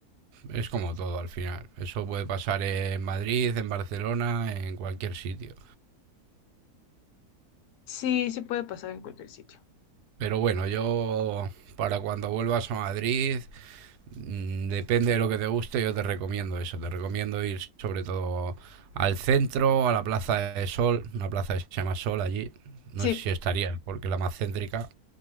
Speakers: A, on the right (about 85°); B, on the left (about 75°).
A: Es como todo al final. Eso puede pasar en Madrid, en Barcelona, en cualquier sitio.
B: Sí, sí puede pasar en cualquier sitio.
A: Pero bueno, yo para cuando vuelvas a Madrid, mm, depende de lo que te guste, yo te recomiendo eso. Te recomiendo ir sobre todo al centro, a la Plaza de Sol, una plaza que se llama Sol allí. No
B: Sí,
A: sé si estaría, porque la más céntrica.